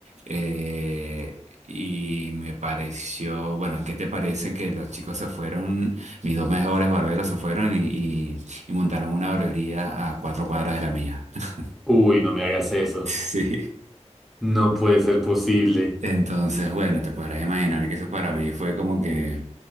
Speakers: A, on the right; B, in the centre.
A: eh, y me pareció, bueno, ¿qué te parece que los chicos se fueron, mis dos mejores barberos se fueron y, y- y montaron una barbería a cuatro cuadras de la mía? <laughs>
B: Uy, no me hagas eso.
A: Sí.
B: No puede ser posible.
A: Entonces, bueno, te podrás imaginar que eso para mí fue como que...